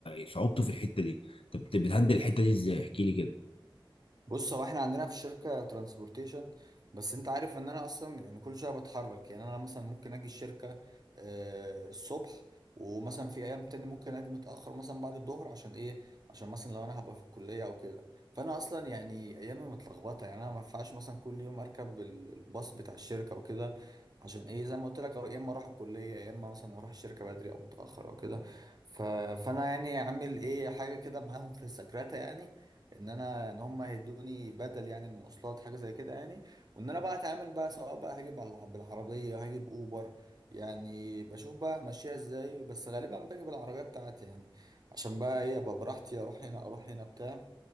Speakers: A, on the left; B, on the right.
A: صعوبته في الحته دي انت بت- بتهندل الحته دي ازاي احكي لي كده
B: بص هو احنا عندنا في الشركة ترانسبورتيشن بس انت عارف ان انا اصلا يعني كل شوية بتحرك يعني انا مثلا ممكن اجي الشركة آه، الصبح ومثلا في ايام تاني ممكن اجي متأخر مثلا بعد الظهر عشان ايه عشان مثلا لو انا هبقى في الكلية او كده فانا اصلا يعني ايامي متلخبطة يعني انا ما ينفعش مثلا كل يوم اركب ال- الباص بتاع الشركة وكده عشان ايه زي ما قلت لك يا اما اروح الكلية يا اما مثلا اروح الشركة بدري او متأخر او كده ف... فانا يعني عامل ايه حاجة كده معاهم في السكرتة يعني ان انا ان هم هيدوني بدل يعني المواصلات حاجه زي كده يعني وان انا بقى اتعامل بقى سواء بقى هجيب على- بالعربيه هجيب اوبر يعني بشوف بقى همشيها ازاي بس غالبا باجي بالعربيه بتاعتي يعني عشان بقى ايه ابقى براحتي اروح هنا اروح هنا بتاع